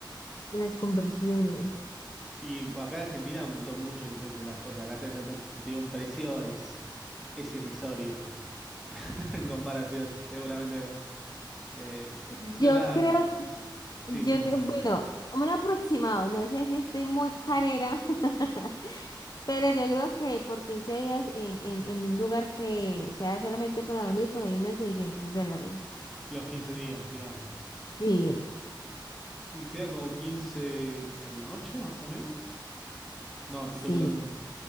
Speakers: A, on the left (about 50°); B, in the centre.
A: las conversiones.
B: Y acá en Argentina aumentó mucho el precio de las cosas. Acá te- no te- si te digo un precio es, es irrisorio <laughs> en comparación. Seguramente. Eh,
A: Yo
B: entonces, nada,
A: creo, que- yo
B: sí, sí, me,
A: que,
B: perdón.
A: bueno, un aproximado, no sé si estoy muy carera, <laughs> pero yo creo que por 15 días en, en, en un lugar que sea solamente para dormir, por ahí unos 600 dólares.
B: Los 15 días, digamos.
A: Sí,
B: Y sería como 15 por la noche, más o menos. No, estoy
A: sí.
B: calculando mal.